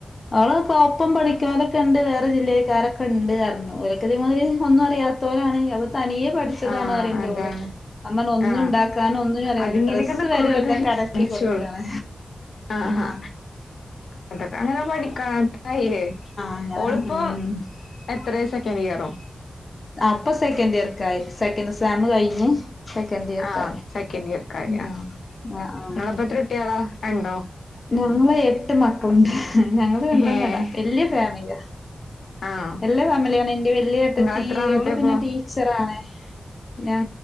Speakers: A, on the left; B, on the left.
A: അവളെക്കെ ഒപ്പം പഠിക്കുന്നോരൊക്കെ ണ്ട് വേറെ ജില്ലക്കാരൊക്കെണ്ട് പർഞ്ഞു ഓലൊക്കെ ഇതേമാതിരി ഒന്നും അറിയാത്തോലാണ് അ തനിയേ പഠിച്ചതാണ്
B: ആ
A: പറയ്ണ്ടോള്
B: അതാണ്
A: അമ്മൻ ഒന്നുണ്ടാക്കൻ
B: ആ
A: ഒന്നും അറിയ
B: അതിങ്ങനെയൊക്കെ
A: ഡ്രെസ്സ്
B: നിക്കുമ്പോള്
A: വരെ പോലതൊക്കെ
B: തന്നെ
A: അലക്കി
B: അടിച്ചോളും
A: കൊടുക്കാണ്
B: ആ
A: ആഹ
B: ആ അതൊക്കെ അങ്ങനെ പഠിക്കാ കയ്ലേ
A: അങ്ങനെ
B: ഓള്പ്പോ
A: ഉം
B: എത്രസെ നിയറോ
A: അപ്പൊ സെക്കൻഡ് ഇയർക്കായി സെക്കൻഡ് സേം കഴിഞ് സെക്കൻഡ് ഇയർക്ക
B: ആഹ് സെക്കൻഡ് ഇയർക്കായി
A: ഉം
B: ആഹ്
A: ആ ആ
B: നിങ്ങളപ്പ എത്ര കുട്ടികളാ രണ്ടോ
A: ഞങ്ങള് എട്ട് മക്കളുണ്ട് ഞങ്ങള് രണ്ടൊന്നല്ല
B: ഏഹ്
A: വല്യയ ഫാമിലിയ
B: ആഹ്
A: ല്യ ഫാമിലിയാണ് ഇന്റെ വല്യയ ഏട്ടത്തി
B: നിങ്ങള് എത്രാമത്തെപ്പോ
A: ഈ ഓള് പിന്നെ ടീച്ചറാണ് ഞ